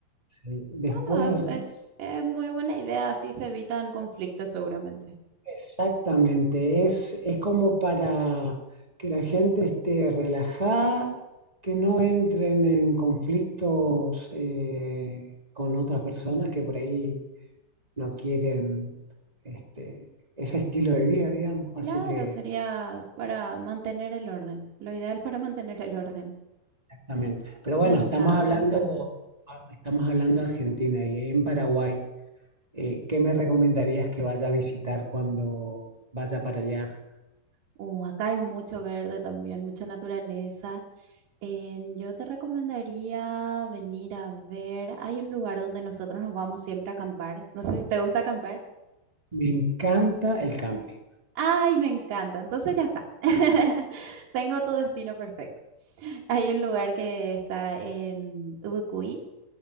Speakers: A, on the right; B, on the right.
A: Sí, Después
B: Bueno,
A: el resto,
B: es, es muy buena idea, así se evitan conflictos seguramente.
A: exactamente, es, es como para que la gente esté relajada, que no entren en conflictos eh, con otras personas que por ahí no quieren este, ese estilo de vida, digamos. Así
B: Claro,
A: que,
B: sería para mantener el orden, lo ideal para mantener el orden.
A: exactamente. Pero bueno,
B: Me encanta,
A: estamos Claro.
B: me
A: hablando,
B: encanta.
A: estamos hablando de Argentina y en Paraguay. eh, ¿qué me recomendarías que vaya a visitar cuando vaya para allá?
B: Uh, acá hay mucho verde también, mucha naturaleza. En- yo te recomendaría venir a ver, hay un lugar donde nosotros nos vamos siempre a acampar. No sé si te gusta acampar.
A: Me encanta el camping.
B: Ay, me encanta, entonces ya está. <laughs> Tengo tu destino perfecto. Hay un lugar que está en Ubucuy